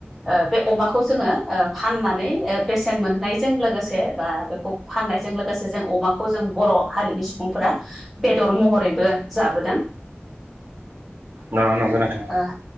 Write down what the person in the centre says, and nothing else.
ओ बे अमाखौ जोंङो ओ फाननानै ओ बेसेन मोननायजों लोगोसे बा बेखौ फाननायजों लोगोसे जों अमाखौ जों बर' हारिनि सुबुंफोरा बेदर महरैबो जाबोदों।
ओ